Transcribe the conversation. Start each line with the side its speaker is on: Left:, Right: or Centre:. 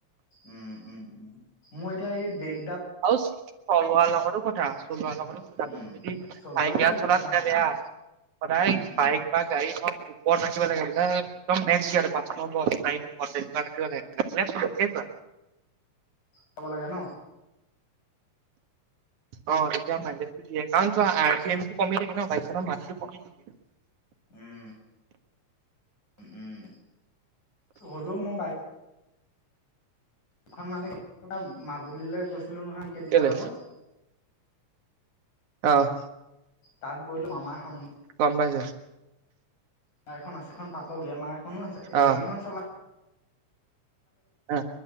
Left: উম-উম-উম। মই এতিয়া এই বেগ
Right: আৰু চলোৱাৰ লগতো কথা, চলোৱাৰ লগতো কথা।
Left: উম।
Right: তুমি যদি
Left: চলোৱাৰ
Right: <unintelligible>
Left: লগত বহুত
Right: চলা
Left: কথা
Right: তেতিয়া
Left: আছে
Right: বেয়া।
Left: অ'।
Right: সদায়
Left: উম,
Right: বাইক বা গাড়ীখন ওপৰত ৰাখিব লাগে বুজি <unintelligible> একদম মেক্স গেয়াৰ পাঁচ নম্বৰ, চাৰি নম্বৰ তেনেকুৱা ৰাখিব লাগে। লাগিলে শ্লকে যোৱা।
Left: চাব লাগে ন?
Right: অহ তেতিয়া মাইলেজটো দিয়ে কাৰণ চোৱা আৰু চি এম টো কমি থাকে ন বাইকখনৰ মাতটো কমি থাকে
Left: উম উম হলো মই বাইক এখন মানে মাজুলীলৈ গৈছিলো নহয় কেইদিনমান
Right: কেলে
Left: আগত
Right: অহ
Left: তাত গৈলো আমাৰ <unintelligible>
Right: গম পাই যায়।
Left: ইয়াৰ এখন আছে এখন পাতল, গ্লেমাৰ এখনো আছে সেইকেইখন
Right: অ
Left: চলা
Right: অ